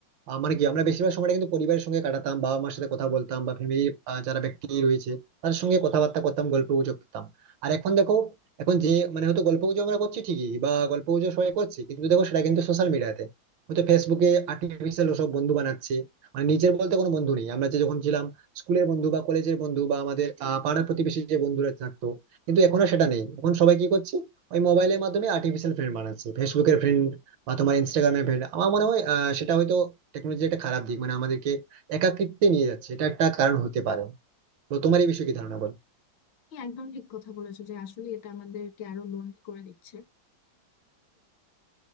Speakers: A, on the right; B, on the left.
A: আহ, মানে কি আমরা বেশিরভাগ সময়টা কিন্তু পরিবারের সঙ্গে কাটাতাম বাবা মার সাথে কথা বলতাম বা ফ্যামিলি যারা ব্যক্তি রয়েছে তাদের সঙ্গে কথাবার্তা করতাম গল্প গুজব করতাম আর এখন দেখো এখন যে মানে হয়তো গল্প গুজব আমরা করছি ঠিকই বা গল্প গুজব সবাই করছি কিন্তু দেখো সেটা কিন্তু সোশ্যাল মিডিয়াতে হয়তো ফেসবুকে আর্টিফিশিয়াল সব বন্ধু বানাচ্ছে মানে নিজের বলতে কোনো বন্ধু নেই আমরা যে যখন ছিলাম স্কুলের বন্ধু বা কলেজের বন্ধু বা আমাদের আহ, পাড়ার প্রতিবেশী যে বন্ধুরা থাকতো কিন্তু এখন আর সেটা নেই এখন সবাই কি করছে ওই মোবাইলের মাধ্যমে আর্টিফিশিয়াল ফ্রেন্ড বানাচ্ছে ফেসবুকের ফ্রেন্ড বা তোমার ইনস্টাগ্রামের ফ্রেন্ড আমার মনে হয় আহ, সেটা হয়তো টেকনোলজি একটা খারাপ দিক মানে আমাদেরকে একাকিত্বে নিয়ে যাচ্ছে এটা একটা কারণ হতে পারে তো তোমার এই বিষয়ে কি ধারণা বলো
B: তুমি একদম ঠিক কথা বলেছো যে আসলে এটা আমাদেরকে আরো লোনলি করে দিচ্ছে